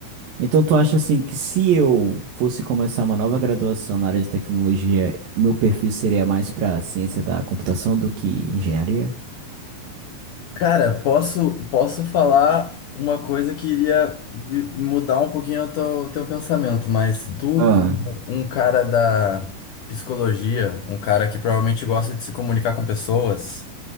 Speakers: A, on the right; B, on the left.
A: Então, tu acha assim que se eu fosse começar uma nova graduação na área de tecnologia, o meu perfil seria mais para ciência da computação do que engenharia?
B: Cara, posso, posso falar uma coisa que iria vi- mudar um pouquinho o teu, teu pensamento, mas tu,
A: Ah,
B: como um cara da psicologia, um cara que provavelmente gosta de se comunicar com pessoas,